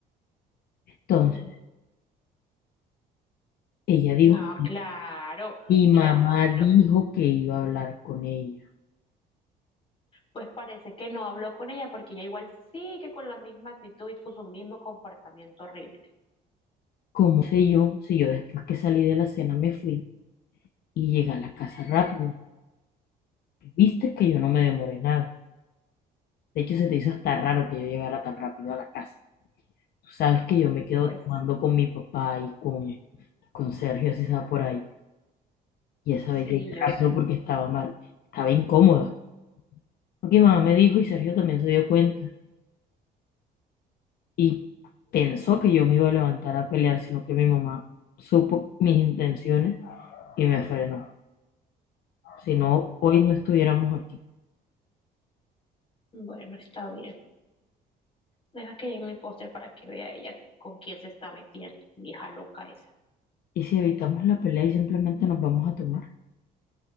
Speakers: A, on the left; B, on the left.
A: Entonces,
B: Mm,
A: ella dijo,
B: No, claro.
A: mi mamá
B: Claro,
A: dijo que iba a hablar con ella.
B: Pues parece que no habló con ella porque ella igual sigue con la misma actitud y con su mismo comportamiento horrible.
A: ¿Cómo sé yo si yo después que salí de la cena me fui? y llegué a la casa rápido. Viste que yo no me demoré nada. De hecho, se te hizo hasta raro que yo llegara tan rápido a la casa. Tú sabes que yo me quedo
B: Pues
A: tomando con mi papá y con, con Sergio, si estaba por ahí. Y esa
B: sí,
A: vez llegué
B: yo
A: rápido
B: sé.
A: porque estaba mal. Estaba incómoda. Porque mi mamá me dijo y Sergio también se dio cuenta. Y pensó que yo me iba a levantar a pelear, sino que mi mamá supo mis intenciones y me frenó. Si no, hoy no estuviéramos aquí.
B: Bueno, está bien. Deja que llegue mi póster para que vea ella con quién se está metiendo, vieja loca esa.
A: ¿Y si evitamos la pelea y simplemente nos vamos a tomar?